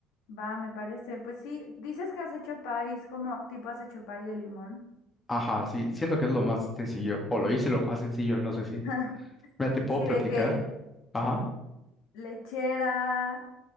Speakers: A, on the left; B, on the left.
A: Va, me parece. Pues sí, dices que has hecho país, como tipo has hecho pay de limón.
B: Ajá, sí, siento que es lo más sencillo, o lo hice lo más sencillo, no sé si.
A: <laughs>
B: Mira, te puedo
A: Sí,
B: platicar.
A: de que
B: Ajá,
A: lechera,